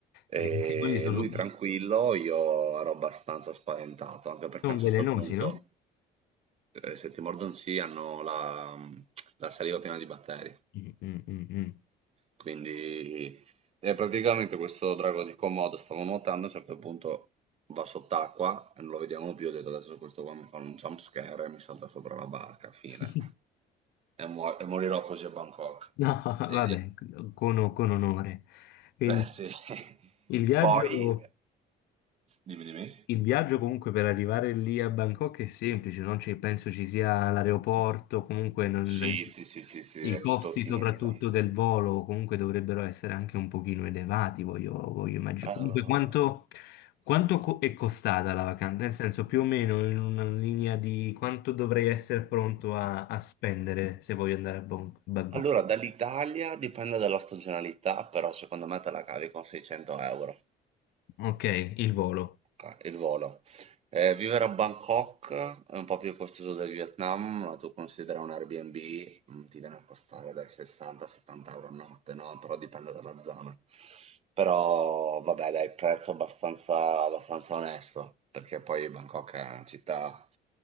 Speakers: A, on the left; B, on the right.
A: E
B: E
A: anche quelli sono,
B: lui tranquillo, io ero abbastanza spaventato, anche perché
A: sono
B: a un
A: velenosi,
B: certo punto
A: no?
B: Ehm, se ti mordono sì, hanno la mhmm, la saliva piena di batteri.
A: Mm, mm, mm, mm.
B: Quindi e praticamente questo drago di Komodo stava nuotando, a un certo punto va sott'acqua, e non lo vediamo più, ho detto: "Adesso questo qua mi fa un jump scare e mi salta sopra la barca, fine".
A: <laughs>
B: E muo e morirò così a Bangkok.
A: No, vabbè,
B: E
A: con, con onore. Quindi
B: eh sì. <laughs>
A: il viaggio.
B: Poi dimmi, dimmi.
A: Il viaggio comunque per arrivare lì a Bangkok è semplice, non c'è- penso ci sia l'aeroporto, comunque non-
B: Sì, sì, sì, sì, sì,
A: i
B: è
A: costi
B: tutto ottimizza
A: soprattutto del volo comunque dovrebbero essere anche un pochino elevati, voglio, voglio immaginare.
B: ehm
A: Comunque quanto, quanto co- è costata la vacanza? Nel senso più o meno in una linea di quanto dovrei essere pronto a, a spendere se voglio andare a Bong- Bangkok.
B: Allora, dall'Italia dipende dalla stagionalità, però secondo me te la cavi con 600 euro
A: Ok, il volo.
B: ca- il volo. Eh, vivere a Bangkok è un po' più costoso del Vietnam, ma tu considera un Airbnb, mm, ti viene a costare dai 60 70 euro a notte, no? Però dipende dalla zona. Però vabbè, dai, prezzo abbastanza, abbastanza onesto, perché poi Bangkok è una città